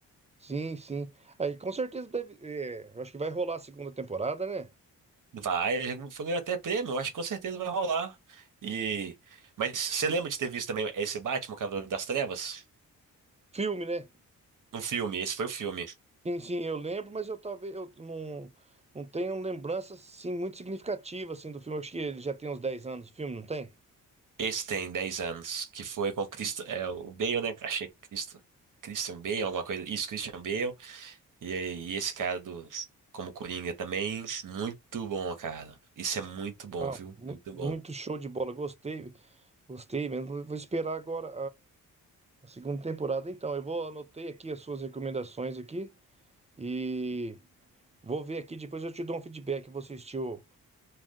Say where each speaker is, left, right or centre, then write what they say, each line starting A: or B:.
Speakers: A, on the right; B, on the right.
A: Sim, sim. Aí com certeza deve. é, eu acho que vai rolar a segunda temporada, né?
B: Vai, já foi até prêmio, eu acho que com certeza vai rolar. E mas você lembra de ter visto também esse Batman, o Cavaleiro das Trevas?
A: Filme, né?
B: Um filme, esse foi o filme.
A: Sim, sim, eu lembro, mas eu talvez eu não, não tenho lembranças assim, muito significativas assim, do filme. Eu acho que ele já tem uns 10 anos, o filme, não tem?
B: Esse tem 10 anos, que foi com Cristo, é o Bale, né? Achei que Cristo, Christian Bale, alguma coisa. Isso, Christian Bale. E, aí, e esse cara do como Coringa também, muito bom, cara. Isso é muito bom,
A: Não,
B: viu?
A: mu-
B: Muito
A: muito
B: bom.
A: show de bola. Gostei, gostei mesmo. Vou esperar agora a, a segunda temporada. Então, eu vou anotei aqui as suas recomendações aqui e vou ver aqui, depois eu te dou um feedback. Você assistiu